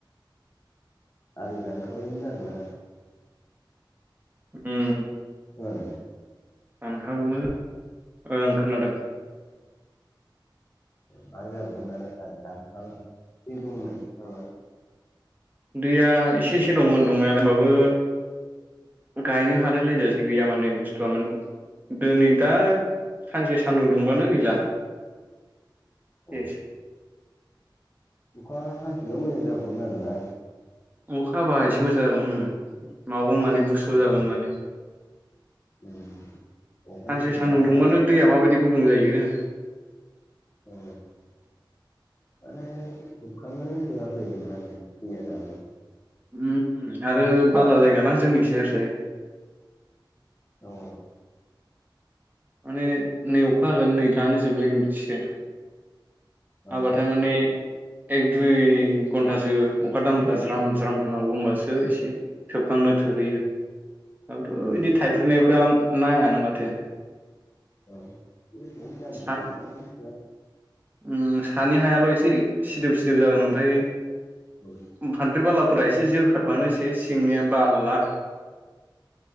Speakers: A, on the left (about 35°); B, on the right (about 20°).
A: आलि दानखाबायमोन आरोना
B: उम
A: जानो
B: दानखाबायमोन ओं खोनादों
A: मा जाबावगोन आरो दानखाना दै दंमोन नामा
B: उन्दैया एसे एसे दंमोन दंनायालाय होमबाबो गायनो हालायलायजासे गैया माने बुस्थुआ माने दिनै दा सानसे सान्दुं दुंबानो गैला
A: अ
B: सेस
A: अखा हाफिनबा मोजां जागौमोन आरोना
B: अखा हाबा एसे मोजां जागौमोन उम माने बुरसु
A: उम
B: जागौमोन माने
A: उम अखायानो
B: सानसे
A: नै
B: सानदुं
A: दा हायासैबा
B: दुंबानो दैया माबायदि गुदुं जायो
A: अ माने सोबखांनोनो थोआखै माने दैया दाबो
B: उम आरो बाला जायगााना जोंनिखिजाय ओरोयजाय
A: औ
B: माने नै अखा होगोन नै दानो जोबलायगोन बिदिसो
A: औ
B: हाबाथाय माने एक दुइ घन्टासो अखा दाम्रा ज्राम ज्राम हानांगौ होनोमबासो एसे सोबखांनो थोहैयो नङाबाथ'
A: औ
B: बिदि थाइफ्रगनायफ्रा नाङानो माथो
A: औ बे बहा जानो
B: सा
A: सोबखांनोनो थोआ
B: उम सानि हायाल एसे सिदोब सिदोब जागोन ओमफ्राय
A: औ <unintelligible>
B: हादिरि बालाफोरा एसे जोखारबानो सेस सिंनिया बाला <unintelligible>